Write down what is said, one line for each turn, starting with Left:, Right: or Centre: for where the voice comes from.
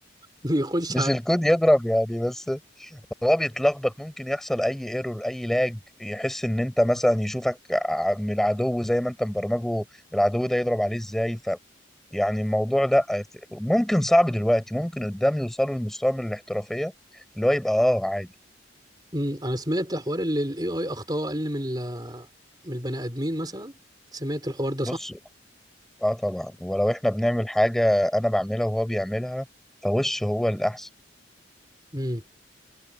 Right: بيخش
Centre: مش
Right: على
Centre: الكود يضرب يعني بس هو بيتلخبط ممكن يحصل اي ايرور اي لاج يحس ان انت مثلا يشوفك ع- من العدو زي ما انت مبرمجه العدو ده يضرب عليه ازاي ف يعني الموضوع ده ممكن صعب دلوقتي ممكن قدام يوصلوا لمستوى من الاحترافية اللي هو يبقى اه عادي
Right: مم، انا سمعت حوار ان الاي اي اخطاء اقل من ال- من البني ادمين مثلا سمعت الحوار ده
Centre: بص
Right: صح
Centre: اه طبعا ولو احنا بنعمل حاجة انا بعملها وهو بيعملها فوش هو الاحسن
Right: امم